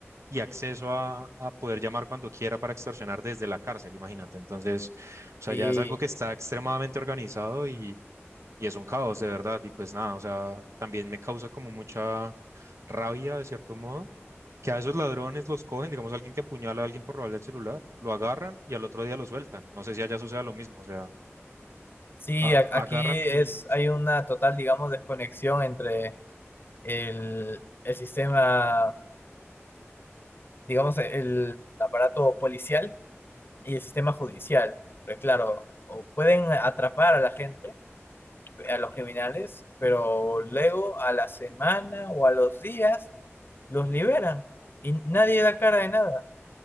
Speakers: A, on the right; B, on the left.
A: y acceso a, a poder llamar cuando quiera para extorsionar desde la cárcel, imagínate. Entonces, o sea,
B: Sí,
A: ya es algo que está extremadamente organizado y, y es un caos, de verdad. Y pues nada, o sea, también me causa como mucha rabia de cierto modo, que a esos ladrones los cogen, digamos, alguien que apuñala a alguien por robarle el celular, lo agarran y al otro día lo sueltan. No sé si allá suceda lo mismo, o sea,
B: sí,
A: a-
B: a- aquí
A: agarran y...
B: es, hay una total, digamos, desconexión entre el, el sistema. digamos, el aparato policial y el sistema judicial. Porque, claro, o pueden atrapar a la gente, a los criminales, pero luego a la semana o a los días los liberan y nadie da cara de nada.